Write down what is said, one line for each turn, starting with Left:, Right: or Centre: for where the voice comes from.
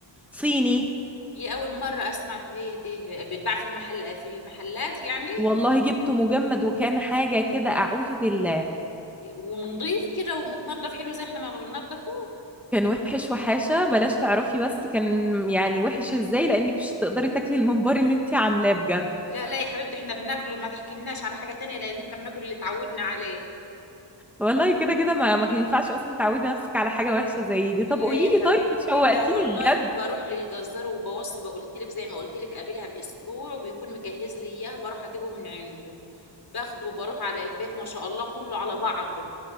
Centre: صيني
Left: دي اول مره اسمع فيه دي بتباع في المحل في المحلات يعني
Centre: والله جبته مجمد وكان حاجه كده اعوذ بالله
Left: ونضيف كده ومتنضف حلو زي احنا ما بننضفه
Centre: كان وحش وحاشة بلاش تعرفي بس كان يعني وحش ازاي لانك مش هتقدري تاكلي الممبار اللي انت عاملاه بجد
Left: لا لا يا حبيبتي احنا بناكله ما تحكيلناش على حاجه تانية لان احنا بناكل اللي اتعودنا عليه
Centre: والله كده كده ما ما كان ينفعش اصلا تعودي نفسك على حاجة وحشة زي دي طب
Left: لا
Centre: قولي
Left: يا حبيبتي
Centre: لي طيب شوقتيني
Left: لا والله
Centre: بجد
Left: بروح للجزار وبوصي بقولت لك زي ما قلت لك قابلها باسبوع وبيكون مجهز لي اياه بروح اجيبه من عنده باخده وبروح على البيت ما شاء الله كله على بعضه